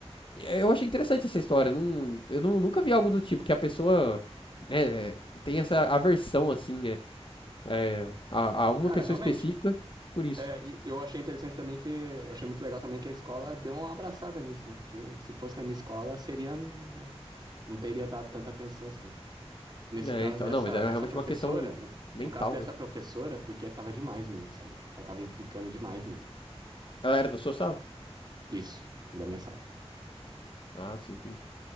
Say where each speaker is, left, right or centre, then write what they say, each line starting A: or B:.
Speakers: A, on the left; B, on the right.
A: eu achei interessante essa história. Eu, Não, eu não- nunca vi algo do tipo que a pessoa né, tem essa aversão assim né, é, a, a uma
B: Cara,
A: pessoa
B: realmente.
A: específica por isso.
B: É, e eu achei interessante também que. Eu achei muito legal também que a escola deu uma abraçada nisso, né? Porque se fosse na minha escola, seria. né, Não teria dado tanta atenção assim. Nesse
A: É,
B: caso
A: então,
B: dessa,
A: não, mas era
B: dessa
A: realmente
B: professora,
A: uma questão
B: no,
A: mental,
B: no caso dessa
A: né?
B: professora, porque tava demais mesmo, sabe? Ela tava implicando demais mesmo.
A: Ela era da sua sala?
B: Isso, da minha sala.
A: Ah, sim, entendi.